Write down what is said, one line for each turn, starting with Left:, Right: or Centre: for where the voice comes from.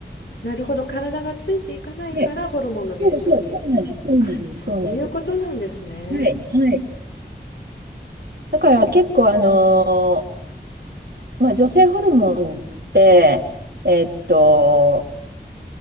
Left: なるほど、体がついていかないからホルモンの減少に。
Right: はい。そうそう、そうなんです、そうなんです、
Left: あ、そういうことなんですね。
Right: そうなんです。はい、はい。だから結構、あのまあ、女性ホルモンって、えっと、